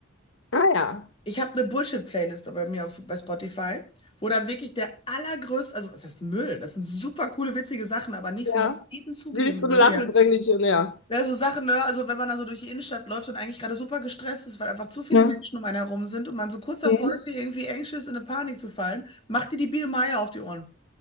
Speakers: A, on the left; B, on the left.
A: Ah ja,
B: Ich habe eine Bullshit-Playlist bei mir auf, bei Spotify, wo dann wirklich der allergrößte, also was heißt Müll? Das sind super coole, witzige Sachen, aber nicht,
A: ja.
B: wo man jedem zugeben
A: Die dich zum
B: würde,
A: Lachen
B: ja.
A: bringen, die ja.
B: Ja, so Sachen, ne? Also wenn man da so durch die Innenstadt läuft und eigentlich gerade super gestresst ist, weil einfach zu viele
A: Ne?
B: Menschen um einen herum sind und man so kurz davor
A: Mhm.
B: ist, hier irgendwie anxious in eine Panik zu fallen, macht dir die Biene Meier auf die Ohren.